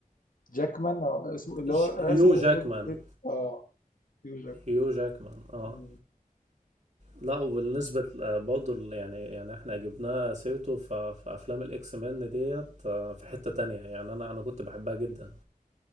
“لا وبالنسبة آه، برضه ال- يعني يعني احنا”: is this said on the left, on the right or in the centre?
Right